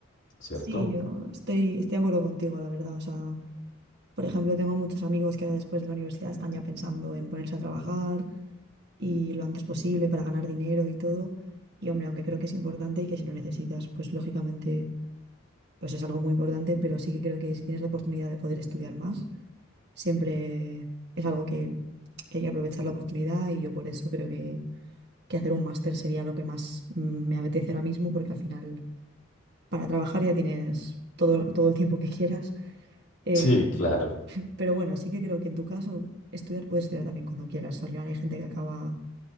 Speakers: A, on the left; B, on the right.
A: ¿cierto?
B: Sí, yo estoy, estoy de acuerdo contigo, la verdad. O sea, por ejemplo, tengo muchos amigos que ahora después de la universidad están ya pensando en ponerse a trabajar y lo antes posible para ganar dinero y todo. Y hombre, aunque creo que es importante y que si lo necesitas, pues lógicamente pues es algo muy importante, pero sí que creo que si tienes la oportunidad de poder estudiar más, siempre es algo que, que hay que aprovechar la oportunidad y yo por eso creo que, que hacer un máster sería lo que más mm, me apetece ahora mismo, porque al final para trabajar ya tienes todo, todo el tiempo que quieras. Em,
A: Sí, claro.
B: pero bueno, sí que creo que en tu caso estudiar puedes estudiar también cuando quieras. Al final hay gente que acaba